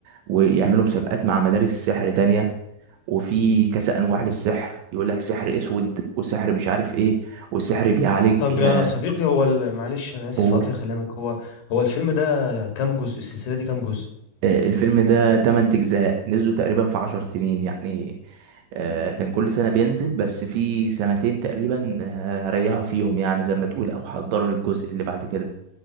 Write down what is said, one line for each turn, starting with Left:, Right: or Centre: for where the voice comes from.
Right: ويعملوا مسابقات مع مدارس سحر تانية وفي كذا انواع للسحر يقول لك سحر اسود وسحر مش عارف ايه والسحر بيعالج
Left: طب
Right: آه،
Left: يا صديقي هو ال- معلش انا اسف
Right: قول
Left: اقطع كلامك هو هو الفيلم ده كام جزء السلسله دي كام جزء
Right: آه، الفيلم ده 8 اجزاء نزلوا تقريبا في 10 سنين يعني آه، كان كل سنة بينزل بس في سنتين تقريبا آه، ريحوا فيهم يعني زي ما تقول او حضروا للجزء اللي بعد كده